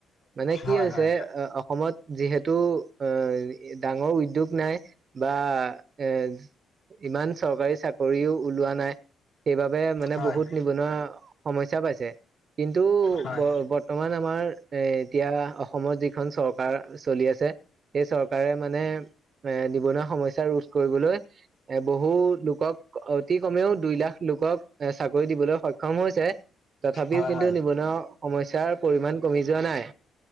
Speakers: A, on the right; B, on the left.
A: মানে কি
B: হয়
A: হৈছে
B: হয়
A: অসমত যিহেতু। তটো এ ডাঙৰ উদ্যোগ নাই বা এ ইমান চৰকাৰী চাকৰিও ওলোৱা নাই। সেইবাবে মানে
B: হয়
A: বহুত নিবনুৱা সমস্যা পাইছে। কিন্তু
B: হয়
A: ব বৰ্তমান আমাৰ এ এতিয়া অসমত যিখন চৰকাৰ। চৰকাৰ চলি আছে সেই চৰকাৰে মানে এ নিবনুৱা সমস্যা ৰোধ কৰিবলৈ। এ বহু লোকক অতি কমেও। দুই লাখ। লোকক এ চাকৰি দিবলৈ সক্ষম হৈছে। তথাপিও
B: হয়
A: কিন্তু
B: হয়
A: নিবনুৱা। সমস্যাৰ। পৰিমাণ কমি যোৱা নাই